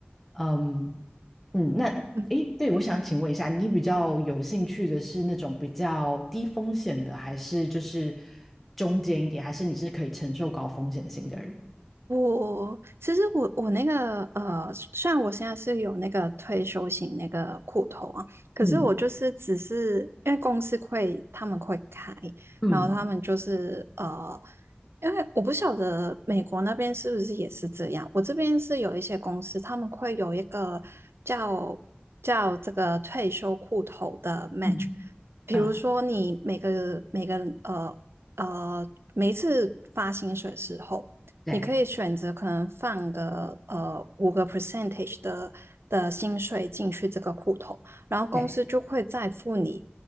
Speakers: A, in the centre; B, on the right.
A: 嗯嗯，那诶，
B: 嗯
A: 对，我想请问一下，你比较有兴趣的是那种比较低风险的，还是就是中间一点，还是你是可以承受高风险性的人？
B: 我其实我我那个呃，虽然我现在是有那个退休型那个户头啊，可是我就是只是因为公司会他们会开，
A: 嗯嗯
B: 然后他们就是呃，因为我不晓得美国那边是不是也是这样，我这边是有一些公司他们会有一个叫叫这个退休户头的 match，
A: 嗯
B: 比如说你每个每个呃呃每一次发薪水的时候。
A: 嗯，对
B: 你可以选择可能放个呃五个 percentage 的的薪水进去这个户头，然后公司就会再付你
A: 对，